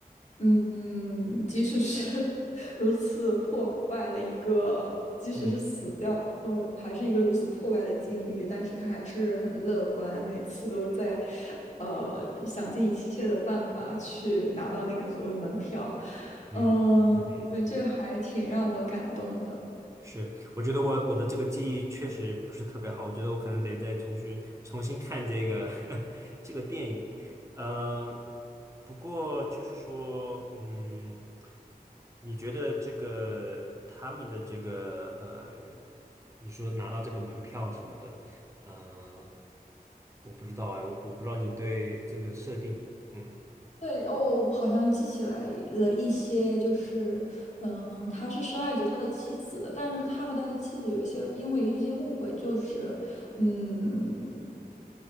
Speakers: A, on the left (about 50°); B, on the right (about 20°).
A: 嗯嗯，即使是 <laughs> 如此破败的一个，即使是死掉，
B: 嗯
A: 然后还是一个如此破败的境遇，但是他还是很乐观，每次都在，呃，想尽一切的办法去拿到那个所谓门票。
B: 嗯嗯嗯。
A: 嗯、对，这个还挺让我感动的。
B: 是，我觉得我我的这个记忆确实不是特别好，我觉得我可能得再重新重新看这个 <laughs> 这个电影。呃，不过就是说，嗯，你觉得这个他们的这个呃，你说拿到这个门票什么的，呃，我不知道哎，我我不知道你对这个设定，嗯，
A: 对，哦，我好像记起来了一些，就是，嗯，他是深爱着他的妻子的，但是他和他的妻子有一些因为一些误会，就是，嗯。